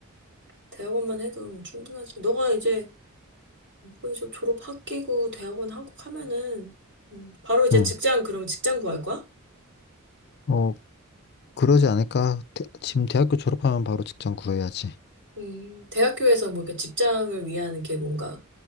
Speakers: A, on the right; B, on the left.
A: 대학원만 해도 충분하지. 너가 이제 거의 저 졸업 학기고 대학원 하고 하면은 음, 바로 이제
B: 응.
A: 직장 그러면 직장 구할 거야?
B: 어, 그러지 않을까? 대- 지금 대학교 졸업하면 바로 직장 구해야지.
A: 음, 대학교에서 뭐 이렇게 직장을 위한 게 뭔가